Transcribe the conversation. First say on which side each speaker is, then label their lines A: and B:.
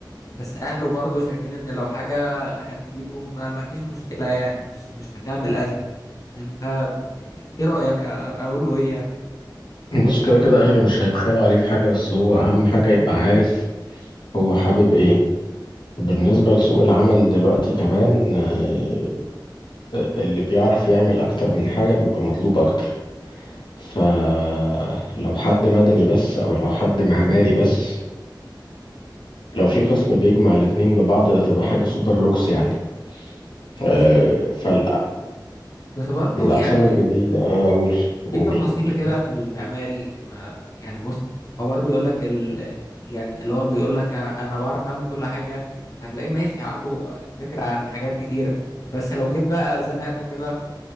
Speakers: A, on the left; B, on the left.
A: بس أهله برضو شايفين إن لو حاجة هتفيده ما, ما فيش مشكلة يعني مش مش هتعمل أزمة أنت إيه رأيك أقول له إيه يعني
B: بص كده كده اهلي مش هيبخلوا عليه بحاجه بس هو اهم حاجه يبقى عارف هو حابب ايه بالنسبه لسوق العمل دلوقتي كمان آه، اللي بيعرف يعمل اكتر من حاجه بيبقى مطلوب اكتر فلو حد مدني بس او لو حد معماري بس لو في قسم بيجمع الاتنين ببعض ده تبقى حاجه سوبر لوكس يعني آه،
A: بس
B: فال
A: بس برضو
B: الأقسام
A: يعني
B: الجديدة آه، أقول أقول
A: في تفاصيل
B: أقول
A: كده في المعماري ما يعني بص هو برضه يقول لك ال... يعني اللي هو بيقول لك انا أنا بعرف اعمل كل حاجه هتلاقيه ماشي عنده فكره عن حاجات كتير بس لو جيت بقى زنقته كده في